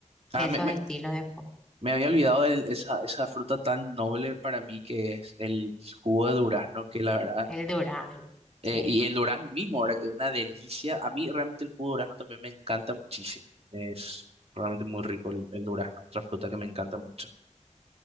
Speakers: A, in the centre; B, on the right (about 55°).
A: esos
B: Ah, me, me,
A: estilos de jugo.
B: me había olvidado de esa, esa fruta tan noble para mí que es el jugo de durazno, que la verdad
A: El durazno, sí.
B: Eh, y el durazno mismo, ahora que es una delicia. A mí realmente el jugo de durazno también me encanta muchísimo. Es realmente muy rico el, el durazno, otra fruta que me encanta mucho.